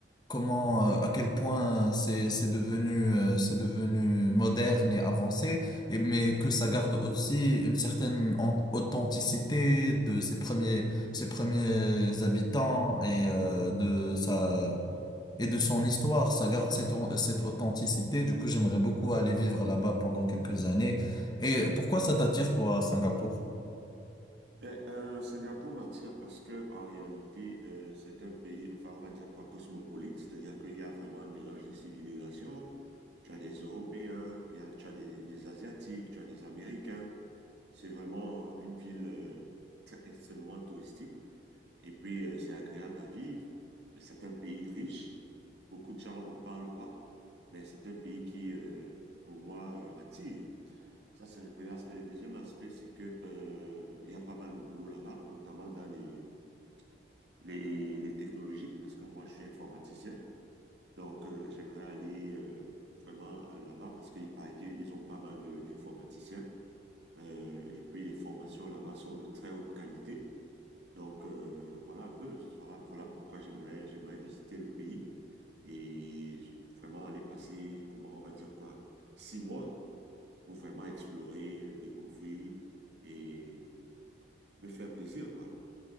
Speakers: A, on the left; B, on the right.
A: comment, euh, à quel point c'est c'est devenu euh, c'est devenu moderne et avancé, et mais
B: ok.
A: que ça garde aussi une certaine an- authenticité de ses premiers ses premiers habitants et euh, de sa et de son histoire. Ça garde cette au- cette authenticité. Du coup, j'aimerais beaucoup aller vivre là-bas pendant quelques années. Et pourquoi ça t'attire, toi, à Singapour?
B: Ben, euh, Singapour m'attire parce que en réalité, euh, c'est un pays, enfin, on va dire quoi, cosmopolite, c'est-à-dire qu'il y a vraiment un mélange de civilisations. Tu as des Européens, il y a, tu as des, des Asiatiques, tu as des Américains. C'est vraiment une ville euh, très, extrêmement touristique. Et puis, euh, c'est agréable à vivre. C'est un pays riche. Beaucoup de gens n'en parlent pas, mais c'est un pays qui, euh, pour moi, euh, attire. Ça, c'est le premier aspect. Le deuxième aspect, c'est que, euh, il y a pas mal de boulot là-bas, notamment dans les, les, les technologies, parce que moi, je suis informaticien. Donc, euh, j'aimerais aller euh, vraiment euh, là-bas parce qu'il paraît qu'ils ont pas mal de- d'informaticiens. Euh, et puis, les formations là-bas sont de très haute qualité. Donc, euh, voilà un peu. Voilà, voilà pourquoi j'aimerais, j'aimerais visiter le pays et j- vraiment aller passer, comment on va dire quoi, six mois pour vraiment explorer, euh, découvrir et me faire plaisir, quoi.